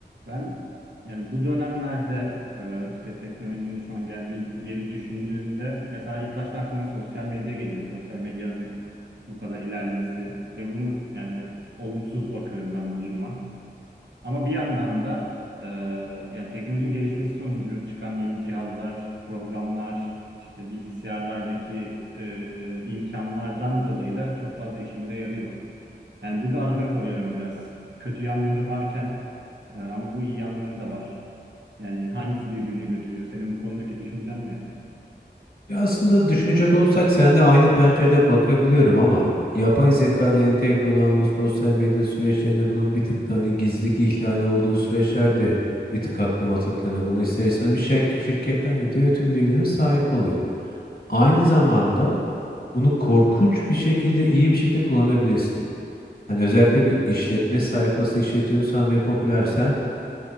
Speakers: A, on the right (about 80°); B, on the left (about 50°).
A: Ben yani bu dönemlerde e, işte teknolojinin şu an geldiği yeri düşündüğümde mesela ilk başta aklıma sosyal medya geliyor. Sosyal medyanın bu kadar ilerlemesi ve bunu yani olumsuz bakıyorum ben bu duruma. Ama bir yandan da e, yani teknolojinin gelişmesi sonucu çıkan yeni cihazlar, programlar, işte bilgisayarlardaki e, imkanlardan dolayı da çok fazla işimize yarıyor. Yani burada arada kalıyorum biraz. Kötü yanları varken e, ama bu iyi yanları da var. Yani hangisi birbirini götürüyor? Senin bu konudaki düşüncen ne?
B: Ya aslında düşünecek olursak seninle aynı pencereden bakabiliyorum ama yapay zeka ile entegre olan bu sosyal medya süreçlerinde bunun bir tık da hani gizlilik ihlali olduğu süreçler de bir tık aklıma tıklandı. Bunu ister istemez bir şir şirketten yönetiyor ve tüm bilgilerine sahip oluyor. Aynı zamanda bunu korkunç bir şekilde iyi bir şekilde kullanabilirsin. Hani özellikle bir işletme sayfası işletiyorsan ve popülersen